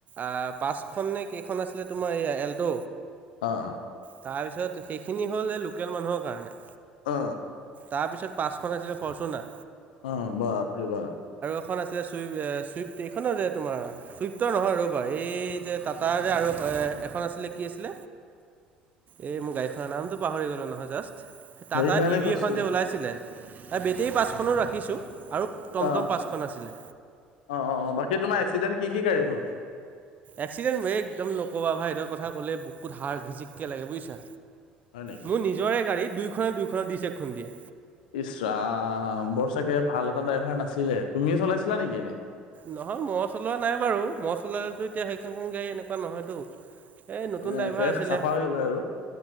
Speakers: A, on the right (about 35°); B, on the left (about 75°).
A: আহ পাঁচখন নে কেইখন আছিলে তোমাৰ এইয়া এল্ট'
B: অ অ
A: তাৰপিছত সেইখিনি হ'ল এই লোকেল মানুহৰ কাৰণে
B: অ
A: তাৰপিছত পাঁচখন আছিলে ফৰচুনা
B: অ বাপাৰে বাপ
A: এখন আছিলে চুই চুইফ্ট এইখনো যে তোমাৰ চুইফ্টৰ নহয় ৰ'বা এই যে তাতাৰ যে আৰু এখন আছিলে কি আছিল এই মোৰ গাড়ীখনৰ নামতো পাহৰি গলো জাস্ট
B: সেইকাৰণে
A: ই ভি
B: কৈছো।
A: এখন যে ওলাইছিলে এই বেটেৰী পাঁচখনো ৰাখি শিকিছো আৰু টমটম
B: অ',
A: পাঁচখন আছিলে
B: অ', অ', অ বাকী তোমাৰ এক্সিডেণ্ট কি কি গাড়ী হ'ল
A: এ্কচিডেণ্ট ম একদম নকবা ভাই কথা কলে বুকুত হাড় ঘিজচিকে লাগে বুজিছা
B: হয় নেকি?
A: মোৰ নিজৰে গাড়ী দুইনে দুই পিছে খুন্দিয়ে
B: ইচৰাম বৰ চাগেভাল এটা ড্ৰাইভাৰ নাছিলে তুমিয়ে চলাইছিলা নেকি এনেই
A: নহয় মই চলোৱা নাই বাৰু মই চলালেতো এতিয়া সেইখনখন গাড়ী এনেকুৱা নহয়তো এই নতুন
B: মানে
A: ড্ৰাইভাৰ
B: একে
A: আছিলে
B: চাফা হৈ গ'ল হয় আৰু।